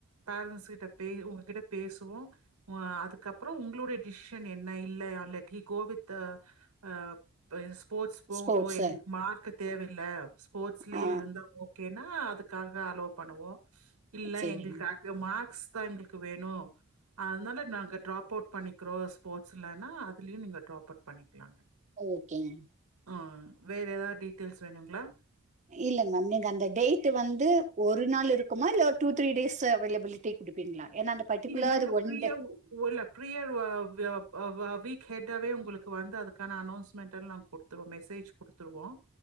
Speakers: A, on the right; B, on the right.
A: பேரண்ட்ஸ் கிட்ட பே உங்ககிட்ட பேசுவோ உ அதுக்கப்பறோ உங்களுடைய டிசிஷன் என்ன இல்ல அ லக்கி கோ வித்து ஆ பிளேஸ் போட்ஸ் போகட்டு
B: ஸ்போர்ட்ஸ்
A: எங்களுக்கு மார்க்கு தேவயில்ல ஸ்போர்ட்ஸ்லே
B: ஆ
A: இருந்தா ஓ கேன்னா அதுக்காக அலோ பண்ணுவோ இல்ல
B: சரிங்க
A: எங்களுக்காக் கு மார்க்ஸ் தா எங்களுக்கு வேணு அதுனால நாங்க ட்ராப் அவுட் பண்ணிக்கிறோ ஸ்போர்ட்ஸ்லனா அதுலயு நீங்க ட்ராப் அவுட் பண்ணிக்கலாங்க
B: ஓகேங்க
A: ஆ வேறு எதா டீட்டெயில்ஸ் வேணுங்களா
B: இல்லங் மேம் நீங்க அந்த டேட்டு வந்து ஒரு நாள் இருக்குமா இல்ல ஒரு டூ த்ரீ டேஸ் அவைலபிலிட்டி குடுப் ப்பீங்ளா ஏனா அந்த பர்டிகுலர்
A: இங்க நாங்க
B: ஒன்
A: ஃப்ரீயாவு
B: டே
A: <unintelligible> ல்ல பிரியர் வ வே வ வ வீக் ஹெட்டாவே உங்களுக்கு வந்து அதுக்கான அனௌன்ஸ்மெண்ட் எல்லா நாங்க குடுப் துருவோ மெசேஜ் குடுத்துருவோ